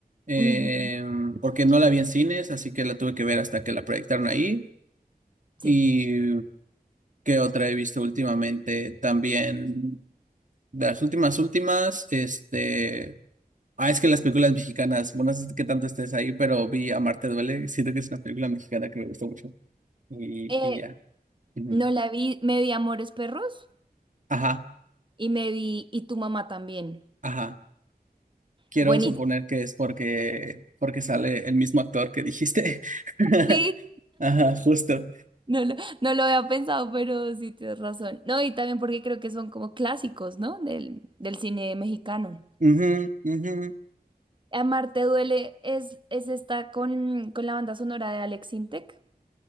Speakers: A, on the right (about 55°); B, on the right (about 30°).
A: eh,
B: Ujú.
A: porque no la vi en cines, así que la tuve que ver hasta que la proyectaron ahí.
B: Sí.
A: ¿Y qué otra he visto últimamente? También de las últimas, últimas, este... Ah, es que las películas mexicanas, bueno, no sé qué tanto estés ahí, pero vi Amarte Duele, siento que es una película mexicana que me gustó mucho. Y,
B: Eh,
A: y ya. Ujú.
B: no la vi, me vi Amores Perros
A: Ajá,
B: y me vi Y tu mamá también.
A: ajá. Quiero
B: Buenísimo.
A: suponer que es porque, porque sale el mismo actor que dijiste. <laughs>
B: Sí,
A: Ajá, justo.
B: no lo, no lo había pensado, pero sí tienes razón. No, y también porque creo que son como clásicos, ¿no? Del, del cine mexicano.
A: Ujú, ujú.
B: Amarte duele es, es esta con, con la banda sonora de Alex Sintek.